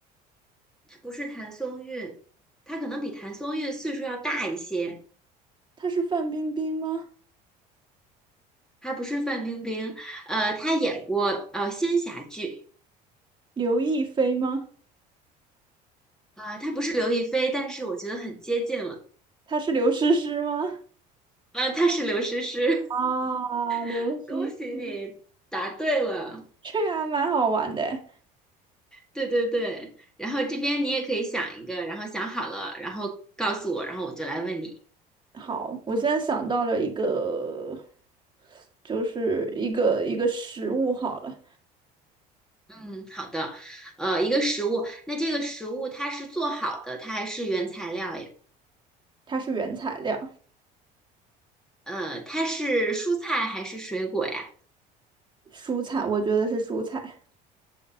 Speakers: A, in the centre; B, on the right.
A: 她不是谭松韵，她可能比谭松韵岁数要大一些，
B: 他是范冰冰吗？
A: 她不是范冰冰，呃，她演过呃仙侠剧
B: 刘亦菲吗？
A: 啊，她不是刘亦菲，但是我觉得很接近了，
B: 他是刘诗诗吗？
A: 啊，她是刘诗诗，
B: 啊，刘诗诗，
A: <laughs> 恭喜你答对了。
B: 这个还蛮好玩的诶
A: 对对对，然后这边你也可以想一个，然后想好了，然后告诉我，然后我就来问你。
B: 好，我现在想到了一个，就是一个一个食物好了，
A: 嗯，好的。呃，一个食物，那这个食物它是做好的，它还是原材料呀？
B: 它是原材料，
A: 呃，它是蔬菜还是水果呀？
B: 蔬菜，我觉得是蔬菜。